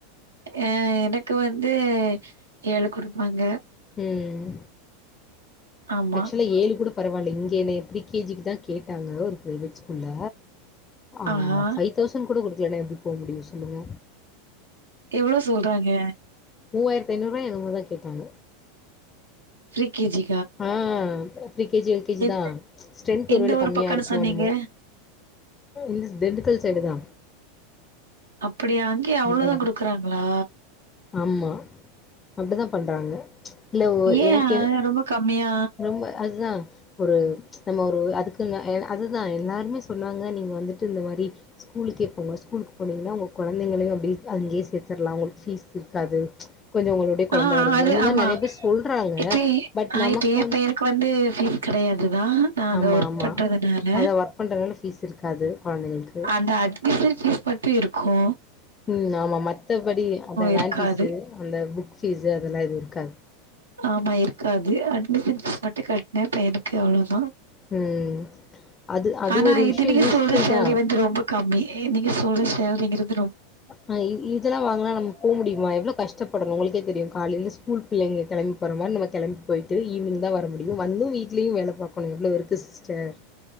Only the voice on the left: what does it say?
ம்
ஆக்சுலா ஏழு கூடோ பரவால்ல இங்க என்னய ப்ரீ கே ஜி க்கு தா கேட்டாங்க ஒரு ப்ரைவேட் ஸ்கூல்ல ஆ
ஃபை தௌசண் கூடக் குடு க்லன்னா எப்புட் போ முடியு சொல்லுங்க
மூவாயிரத்து ஐநூ ரூவா என்னவோதா கேட்டாங்க
ம் pre K G L K G
தா ஸ்ட்ரென்த்
ஒருவேல
கம்மியாருக்குமோ
என்னுமோ இதுஸ் திண்டுக்கல் சைடு தா
ம்
ஆமா அப்டிதா பண்றாங்க இல்ல
எனக்கு
ரொம்ப அதுதா ஒரு நம்ம ஒரு அதுக்குன் அ ஏ அதுதா எல்லாருமே சொன்னாங்க நீங்க வந்துட்டு இந்த மாரி ஸ்க்கூலுக்கேப் போங்க ஸ்கூலுக்குப் போனிங்கனா உங்க கொழந்தைங்களையும் அப்டி அங்கே சேத்துர்லா அங்களுக் ஃபீஸ் இருக்காது கொஞ்சோ உங் மறுபடியு கொழந்த
வரும்ல
இந்த மாரி
நெறைய பேர் சொல்றாங்க
பட்
நமக்
ஆமா
ஆமா
அதா ஒர்க் பண்றதுனால ஃபீஸ் இருக்காது கொழந்தைங்களுக்கு
ம் ஆமா மத்தபடி அந்த வேன்
ஃபீஸு அந்த புக் ஃபீஸ் அதெலா எது இருக்காது
ம் அது அது
ஒரு
விஷயோ
யூஸ்ஃபுல்
தா
ஆ இ இதெலா வாங்னா நம்ம போக முடியுமா எவ்ளோ கஷ்டப்படணு உங்களுக்கே தெரியு காலைல ஸ்கூல் பிள்ளைங்க கெளம்பி போற மாரி நம்ம கெளம்பி போயிட்டு ஈவினிங் தா வர முடியு வந்து வீடிலேயு வேல பாக்கனு எவ்ளோ இருக்கு சிஸ்டர்